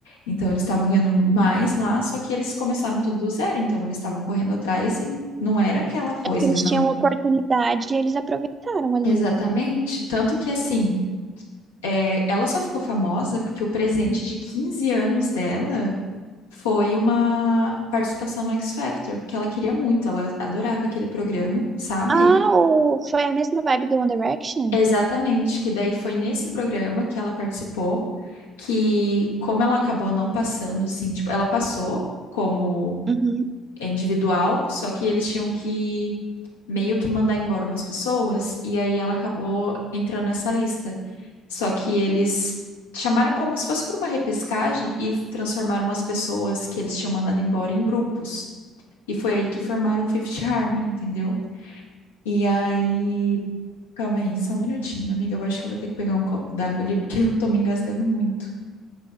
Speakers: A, on the left (about 80°); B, on the right (about 35°).
A: Então, eles estavam ganhando mais lá, só que eles começaram tudo do zero. Então, eles estavam correndo atrás e não era aquela coisa.
B: É porque eles
A: Eles não.
B: tinham oportunidade e eles aproveitaram ali,
A: Exatamente.
B: né?
A: Tanto que, assim. é, ela só ficou famosa porque o presente de 15 anos dela foi uma participação no X Factor, porque ela queria muito, ela adorava aquele programa, sabe?
B: Ah, o... foi a mesma vibe do One Direction?
A: Exatamente, que daí foi nesse programa que ela participou, que como ela acabou não passando, assim, tipo, ela passou como
B: Uhum.
A: individual, só que eles tinham que meio que mandar embora umas pessoas, e aí ela acabou entrando nessa lista. Só que eles chamaram como se fosse por uma repescagem e transformaram as pessoas que eles tinham mandado embora em grupos. E foi aí que formaram o Fifth Harmony, entendeu? E aí. Calma aí, só um minutinho, amiga. Eu acho que eu vou ter que pegar um copo d'água ali, porque <laughs> eu tô me engasgando muito.